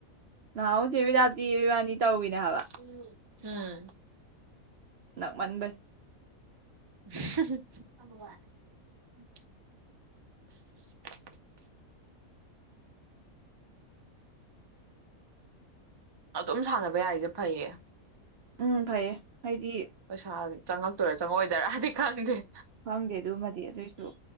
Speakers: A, on the right (about 60°); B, on the right (about 25°).
A: ꯅꯍꯥꯟꯃꯨꯛ ꯆꯦ ꯕꯤꯗꯥꯞꯇꯤ ꯏꯕꯥꯅꯤ ꯇꯧꯋꯤꯅꯦ ꯍꯥꯏꯕ
B: <unintelligible> ꯎꯝ
A: ꯅꯛ ꯃꯟꯕꯩ
B: <inaudible> ꯑꯗꯨꯝ ꯁꯥꯟꯅꯕ ꯌꯥꯏꯁꯦ ꯐꯩꯌꯦ
A: ꯎꯝ ꯐꯩꯌꯦ ꯍꯥꯏꯗꯤ
B: ꯄꯩꯁꯥꯖꯤ ꯆꯪꯉꯛꯇꯣꯏꯔꯥ ꯆꯪꯉꯑꯣꯏꯗꫭꯏꯔꯥꯗꯤ ꯈꯪꯗꯦ
A: ꯈꯪꯗꯦ ꯑꯗꯨꯃꯗꯤ ꯑꯗꯨꯏꯁꯨ